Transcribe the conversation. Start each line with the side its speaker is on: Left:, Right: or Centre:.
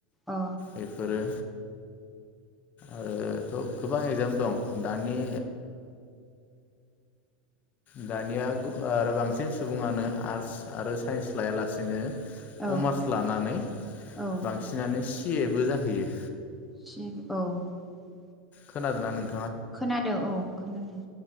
Centre: अ
Left: बेफोरो आरोथ' गोबां एगजाम दं दानि दानिया आरो बांसिन सुबुङानो आर्टस आरो साइन्स लायालासिनो
Centre: औ
Left: कमार्स लानानै
Centre: औ
Left: बांसिनानो सि ए बो जाहैयो।
Centre: <unintelligible>
Left: खोनादों ना नों
Centre: खोनादों औ खोनादों।